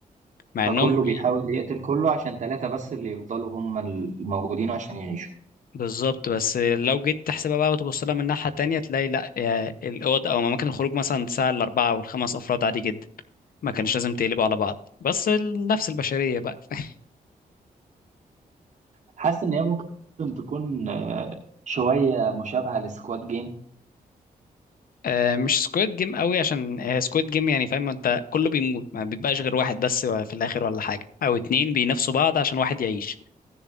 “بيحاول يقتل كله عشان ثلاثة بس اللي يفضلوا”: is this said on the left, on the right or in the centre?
Right